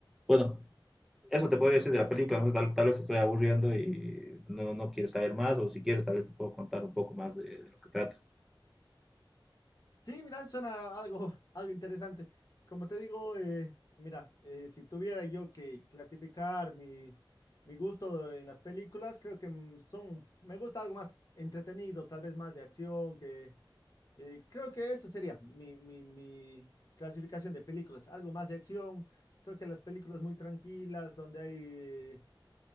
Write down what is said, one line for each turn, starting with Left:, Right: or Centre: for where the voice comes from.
Centre: bueno, eso te podría decir de la película, no sé, tal, tal vez te estoy aburriendo y no, no no quieres saber más, o si quieres, tal vez te puedo contar un poco más de, de lo que trata.
Left: Sí, mira, suena algo, <laughs> algo interesante. Como te digo, eh, mira, eh, si tuviera yo que clasificar mi, mi gusto en las películas, creo que mm, son, me gusta algo más entretenido, tal vez más de acción, que eh, creo que eso sería mi, mi, mi clasificación de películas, algo más de acción. Creo que las películas muy tranquilas, donde hay eh,